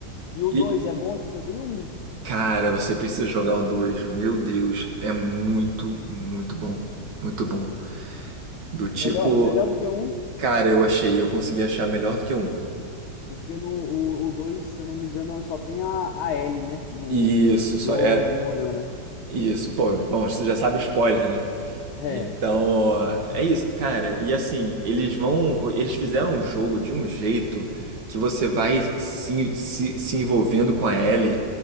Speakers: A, on the left; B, on the right.
A: E o dois
B: E,
A: é bom, eu só joguei o 1.
B: cara, você precisa jogar o 2. Meu Deus, é muito, muito bom. Muito bom. Do tipo,
A: Melhor, melhor do que o 1,
B: cara, eu achei, eu consegui achar melhor do que o um.
A: porque no, o, o 2 se eu não me engano, só tem a, a Ellie, né? No,
B: Isso,
A: o
B: só
A: Joe
B: é
A: morreu, né?
B: isso, pô. Bom, você já sabe spoiler, né?
A: É.
B: Então, é isso, cara. E assim, eles vão, eles fizeram o jogo de um jeito que você vai se, se, se envolvendo com a Ellie